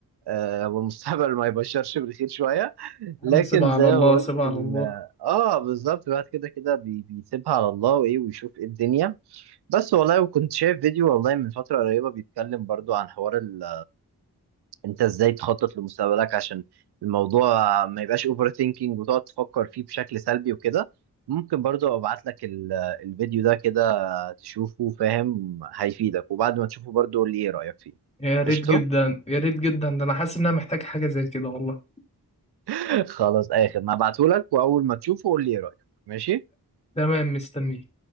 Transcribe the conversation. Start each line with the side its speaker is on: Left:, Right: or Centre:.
Right: آه، هو المستقبل ما يبشرش بالخير شويه
Left: يا
Right: لكن
Left: عم سيبها على
Right: زي
Left: الله
Right: ما بقول
Left: سيبها
Right: لك
Left: على
Right: ال...
Left: الله
Right: اه بالظبط الواحد كده كده بي- بيسيبها على الله وايه ويشوف ايه الدنيا بس والله وكنت شايف فيديو والله من فترة قريبة بيتكلم برضو عن حوار ال انت ازاي تخطط لمستقبلك عشان الموضوع ما يبقاش اوفر ثينكينج وتقعد تفكر فيه بشكل سلبي وكده ممكن برضو ابعت لك ال- آه، الفيديو ده كده تشوفه فاهم هيفيدك وبعد ما تشوفه برضو قول لي ايه رأيك فيه
Left: يا ريت
Right: قشطة
Left: جدا يا ريت جدا ده انا حاسس ان انا محتاج حاجه زي كده والله
Right: <laughs> خلاص اي خدمة هبعته لك واول ما تشوفه قول لي ايه رأيك ماشي
Left: تمام مستنيك